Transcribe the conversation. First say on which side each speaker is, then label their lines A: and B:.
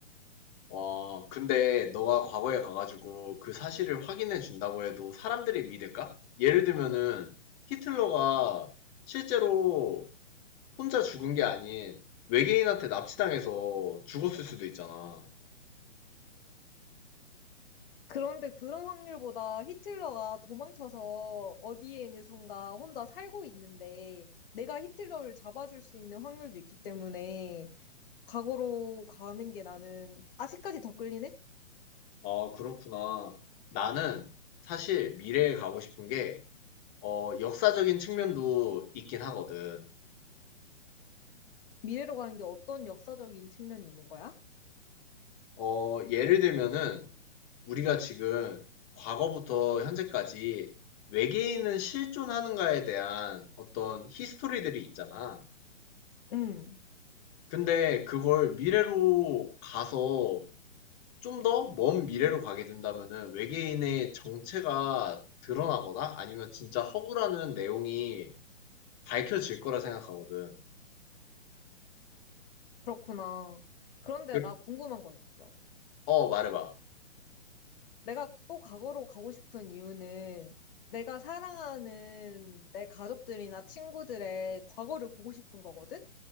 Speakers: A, on the left; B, on the left.
A: 와, 근데 너가 과거에 가가지고 그 사실을 확인해 준다고 해도 사람들이 믿을까? 예를 들면은 히틀러가 실제로 혼자 죽은 게 아닌 외계인한테 납치당해서 죽었을 수도 있잖아.
B: 그런데 그런 확률보다 히틀러가 도망쳐서 어디에선가 혼자 살고 있는데 내가 히틀러를 잡아줄 수 있는 확률도 있기 때문에 과거로 가는 게 나는 아직까지 더 끌리네?
A: 아, 그렇구나. 나는 사실 미래에 가고 싶은 게, 어, 역사적인 측면도 있긴 하거든.
B: 미래로 가는 게 어떤 역사적인 측면이 있는 거야?
A: 어, 예를 들면은 우리가 지금 과거부터 현재까지 외계인은 실존하는가에 대한 어떤 히스토리들이 있잖아.
B: 음,
A: 근데 그걸 미래로 가서 좀 더 먼 미래로 가게 된다면은 외계인의 정체가 드러나거나 아니면 진짜 허구라는 내용이 밝혀질 거라 생각하거든.
B: 그렇구나. 그런데
A: 그-
B: 나 궁금한 거 있어.
A: 어, 말해봐.
B: 내가 또 과거로 가고 싶은 이유는 내가 사랑하는 내 가족들이나 친구들의 과거를 보고 싶은 거거든?